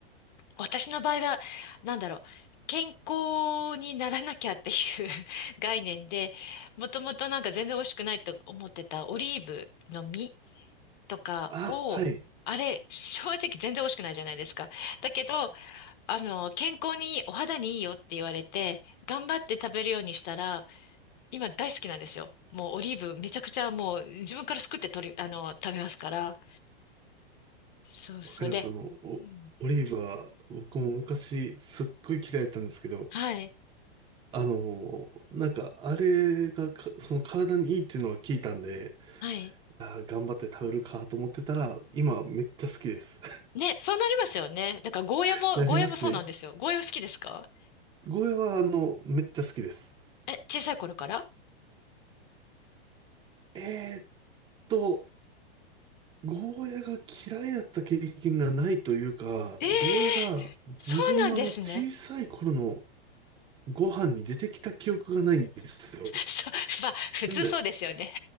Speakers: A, on the left; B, on the right.
A: 私の場合は、なんだろう、健康にならなきゃっていう <laughs> 概念で、もともとなんか全然美味しくないと思ってたオリーブの実とかを、
B: あ、はい。
A: あれ、正直全然美味しくないじゃないですか。だけど、あの、健康にいい、お肌にいいよって言われて、頑張って食べるようにしたら、今大好きなんですよ。もうオリーブめちゃくちゃもう自分からすくって取り、あの、食べますから。そうそうで、
B: わかります。あの、お、
A: うん、
B: オリーブは、僕も昔、すっごい嫌いだったんですけど、
A: はい、
B: あの、なんか、あれがか、その体にいいっていうのは聞いたんで、
A: はい。
B: あー、頑張って食べるかと思ってたら、今めっちゃ好きです。
A: ね、そうなりますよね。だからゴーヤも、
B: <laughs> なりますね。
A: ゴーヤもそうなんですよ。ゴーヤも好きですか
B: ゴーヤは、あの、めっちゃ好きです。
A: え、小さい頃から
B: えーっと、ゴーヤが嫌いだった経験がないというか、
A: ええ
B: ゴーヤが自分のあの小さい頃の
A: そうなんですね。
B: ご飯に出てきた記憶がないんですよ。
A: そう、まあ、普通そうですよね。
B: なんで、